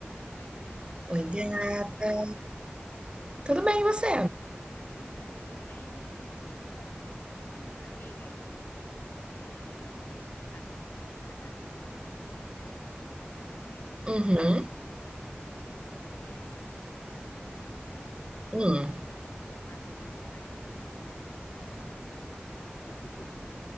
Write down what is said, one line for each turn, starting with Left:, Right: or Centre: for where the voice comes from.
Left: Oi, amiga,
Right: Oi, gata.
Left: tudo bem?
Right: Tudo bem, e você?
Left: Tudo bem também, tranquila. <clears throat> Amiga, é, eu, sabe que ontem eu fui para casa de uma amiga minha, né? De noite,
Right: Uhum,
Left: e aí ela comprou um ps cinco, né?
Right: hum.
Left: Acho que foi 4 mil reais, amiga. Meu Deus, quando ela falou, eu falei, amiga. <laughs>